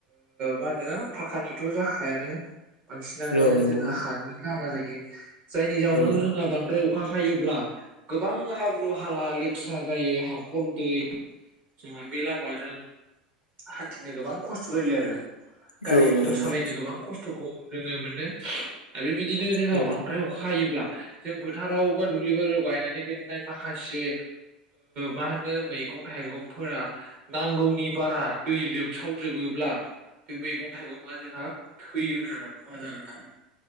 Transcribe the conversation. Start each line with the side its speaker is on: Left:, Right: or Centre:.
Right: मा हो नो फाखानिथ' जाखायानो बांसिनानो
Left: औ नंगौ
Right: जोंहा हानि लामा जायो जायनि जाउनाव
Left: औ
Right: जोंहा बांद्राय अखा हायो ब्ला गोबां हा ब्रु हाला लेथ्रा जायो हाखर दै जोंहा बे लामाजों हान्थिनो गोबां खस्थ' जायो आरो गारि
Left: औ
Right: मथर
Left: नंगौ
Right: सालायनो
Left: नोंथां
Right: गोबां खस्थ'खौ <unintelligible> मोनदो आरो बेबायदिनो जोंहा
Left: औ
Right: बांद्राय अखा हायोब्ला जों फोथाराव दुब्लि बारियाव गायनानै <unintelligible> माखासे मा होनो मैगं थाइगंफोरा नांगौनि बारा दै लोम सावजोबोब्ला। बे मैगं थाइगं आ जोंहा थैयोन आरो खहा जागोन आरो नोंथां